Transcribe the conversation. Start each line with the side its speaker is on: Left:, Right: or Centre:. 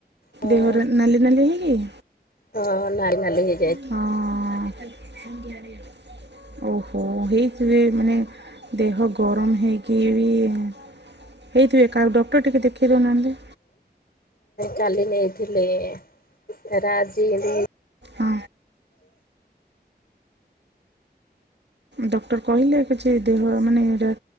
Left: ହଁ
Right: ଦେହରେ ନାଲି ନାଲି ହେଇ କି?
Left: ହଁ ନାଲି ନାଲି ହେଇକି।
Right: ହଁ। ଓହୋ। ହେଇଥିବେ, ମାନେ ଦେହ ଗରମ ହେଇକି ବି ହେଇଥିବେ କାଳେ ଡକ୍ଟର ଟିକେ ଦେଖାଇ ଦେଉନାହାନ୍ତି।
Left: କାଲି ନେଇଥିଲେ, ଫେରେ ଆଜି ଏମ୍ତି ହେଇ
Right: ହୁଁ। ଡକ୍ଟର କହିଲେ କିଛି ଦେହ ମାନେ ଏଇରା